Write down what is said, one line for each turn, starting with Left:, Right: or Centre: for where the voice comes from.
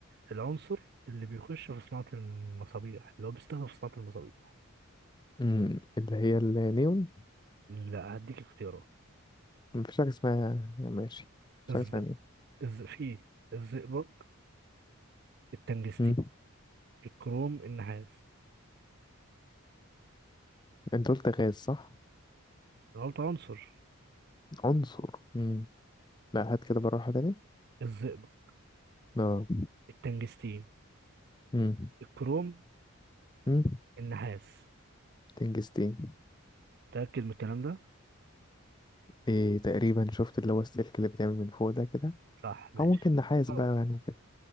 Right: العنصر اللي بيخش في صناعة المصابيح اللي هو بيستخدم في صناعة المصابيح
Left: مم. اللي هي النيون
Right: لا هديك اختيارات
Left: مفيش حاجة اسمها ماشي مفيش
Right: الز...
Left: حاجة اسمها نيون
Right: الز... في الزئبق التنجستين
Left: مم.
Right: الكروم النحاس
Left: انت قلت غاز صح
Right: غلط عنصر
Left: عنصر مم. لا هات كده بالراحة تاني
Right: الزئبق
Left: اه
Right: التنجستين
Left: مم.
Right: الكروم
Left: مم.
Right: النحاس
Left: تنجستين
Right: متأكد من الكلام ده؟
Left: إيه تقريبا شفت اللي هو السلك اللي بيتعمل من فوق ده كده
Right: صح ماشي
Left: او ممكن نحاس
Right: خلاص
Left: بقى يعني وكده